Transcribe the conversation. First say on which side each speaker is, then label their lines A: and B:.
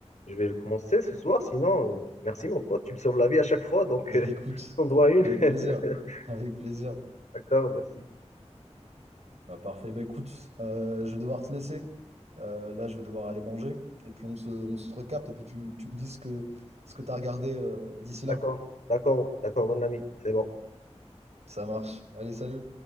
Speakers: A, on the left; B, on the right.
A: je vais le commencer ce soir. Sinon, euh, merci mon pote, tu me sauves la vie à chaque fois. Donc,
B: Bah
A: <laughs>
B: écoute,
A: on doit une.
B: avec
A: <laughs>
B: plaisir, avec plaisir.
A: D'accord, merci.
B: Bah parfait, bah écoute, euh, je vais devoir te laisser. Euh, là, je vais devoir aller manger, et puis on se, on se recapte, et puis tu, tu me dis ce que, ce que t'as regardé euh, d'ici là.
A: D'accord. D'accord. D'accord, mon ami. C'est bon.
B: Ça marche. Allez, salut.